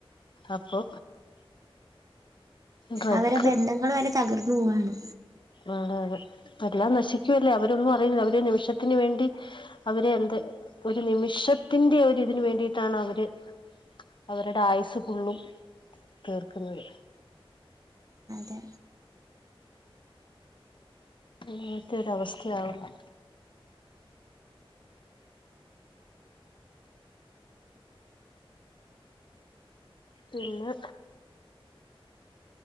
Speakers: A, on the left (about 55°); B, on the right (about 35°).
A: അപ്പൊ ഡ്രഗ്
B: അവരെ ബന്ധങ്ങള് വരെ തകർന്ന് പോവാണ്
A: ആഹ് അതെ അതെ എല്ലാം നശിക്കുവല്ലേ അവരൊന്നും അറിയൂല അവര് ഒരു നിമിഷത്തിന് വേണ്ടി അവര് എന്ത് ഒരു നിമിഷത്തിന്റെ ഒരിതിന് വേണ്ടിയിട്ടാണ് അവര് അവരുടെ ആയുസ് ഫുള്ളും തീർക്കുന്നത്
B: അതെ
A: അങ്ങെൻത്തെ ഒരവസ്ഥയാവുന്നെ പിന്നെ